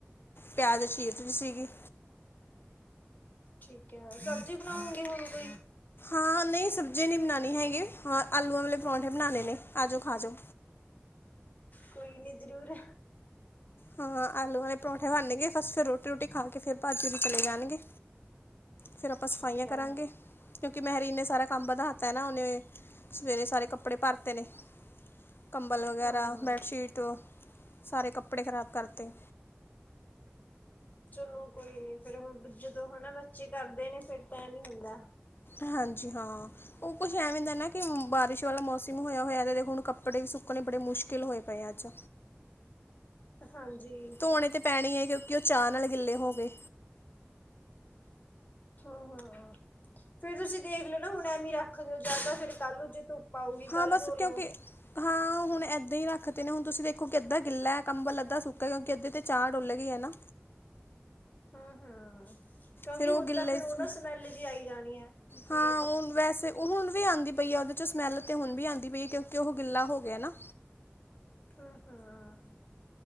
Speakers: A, on the left; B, on the left.
A: ਪਿਆਜ਼ ਚੀਰ ਰਹੀ ਸੀਗੀ।
B: ਠੀਕ ਹੈ ਸਬਜ਼ੀ ਬਣਾਉਗੀ ਹੁਣ ਕੋਈ?
A: ਹਾਂ ਨਹੀਂ ਸਬਜ਼ੀ ਨਹੀਂ ਬਣਾਉਣੀ ਹੈਗੀ, ਆਲੂਆਂ ਵਾਲੇ ਪਰੌਂਠੇ ਬਣਾਉਣੇ ਨੇ, ਆ ਜਾਓ ਖਾ ਜੋ।
B: ਕੋਈ ਨੀ ਜ਼ਰੂਰ।
A: ਹਾਂ ਆਲੂ ਵਾਲੇ ਪਰੌਂਠੇ ਬਨਣਗੇ ਬਸ ਫਿਰ ਰੋਟੀ-ਰੂਟੀ ਖਾ ਕੇ ਫਿਰ ਭਾਜੀ ਹੋਰੀ ਚਲੇ ਜਾਣਗੇ। ਫਿਰ ਆਪਾਂ ਸਫਾਈਆਂ
B: ਠੀਕ ਹੈ
A: ਕਰਾਂਗੇ। ਕਿਉਂਕਿ ਮਹਿਰੀਨ ਨੇ ਸਾਰਾ ਕੰਮ ਵਧਾ ਤਾ ਨਾ ਉਹਨੇ, ਸਵੇਰੇ ਸਾਰੇ ਕੱਪੜੇ ਭਰਤੇ ਨੇ। ਕੰਬਲ ਵਗੈਰਾ
B: ਹਾਂ।
A: ਬੈਡ ਸ਼ੀਟ, ਸਾਰੇ ਕੱਪੜੇ ਖ਼ਰਾਬ ਕਰਤੇ।
B: ਚਲੋ ਕੋਈ ਨੀ ਫੇਰ ਹੁਣ ਜਦੋਂ ਹਨਾ ਬੱਚੇ ਕਰਦੇ ਨੇ ਫੇਰ ਤਾਂ ਐਵੇਂ ਹੁੰਦਾ।
A: ਹਾਂਜੀ ਹਾਂ। ਉਹ ਕੁਛ ਐਵੇ ਹੁੰਦਾ ਨਾ ਕਿ ਬਾਰਿਸ਼ ਵਾਲਾ ਮੌਸਮ ਹੋਇਆ ਹੋਇਆ ਹੁਣ ਕੱਪੜੇ ਵੀ ਸੁੱਕਣੇ ਬੜੇ ਮੁਸ਼ਕਿਲ ਹੋਏ ਪਏ ਆ ਅੱਜ।
B: ਹਾਂਜੀ।
A: ਧੋਣੇ ਤੇ ਪੈਣੀ ਹੈ ਕਿਉਂਕਿ ਉਹ ਚਾਹ ਨਾਲ ਗਿੱਲੇ ਹੋ ਗਏ।
B: ਹਾਂ-ਹਾਂ ਫੇਰ ਤੁਸੀਂ ਦੇਖ ਲਓ ਨਾ ਹੁਣ ਐਵੇਂ ਰੱਖ ਦਿਉ ਜਾ ਤਾਂ ਫੇਰ ਕੱਲ ਜੇ ਧੁੱਪ ਧੁੱਪ ਆਉਗੀ ਕੱਲ੍ਹ
A: ਹਾਂ ਬਸ
B: ਧੋ ਲਿਉ।
A: ਕਿਉਂਕਿ ਹਾਂ ਹੁਣੇ ਏਦਾਂ ਹੀ ਰੱਖ ਤੇ ਨੇ, ਹੁਣ ਤੁਸੀਂ ਦੇਖੋ ਕਿ ਅੱਧਾ ਗਿੱਲਾ ਹੈ ਕੰਬਲ, ਅੱਧਾ ਸੁੱਕਾ ਹੈ। ਕਿਉਂਕਿ ਅੱਧੇ ਤੇ ਚਾਹ ਡੁੱਲ ਗਈ ਹੈ ਨਾ।
B: ਹੂੰ- ਹੂੰ, ਕਿਉਂਕਿ
A: ਫਿਰ ਉਹ
B: ਹੁਣ
A: ਗਿੱਲੇ
B: ਤਾਂ ਫਿਰ
A: 'ਚ
B: ਉਹ ਨਾ
A: ਵੀ
B: ਸਮੈਲ ਜਿਹੀ ਆਈ ਜਾਣੀ ਹੈ ਜੀ।
A: ਹਾਂ ਹੁਣ ਵੈਸੇ ਉਹ ਹੁਣ ਵੀ ਆਉਂਦੀ ਪਈ ਹੈ। ਉਹਦੇ ਚੋਂ ਸਮੈਲ ਤੇ ਹੁਣ ਵੀ ਆਂਉਦੀ ਪਈ ਹੈ। ਕਿਉਂਕਿ ਉਹ ਗਿੱਲਾ ਹੋ ਗਿਆ ਨਾ।
B: ਹੂੰ ਹੂੰ।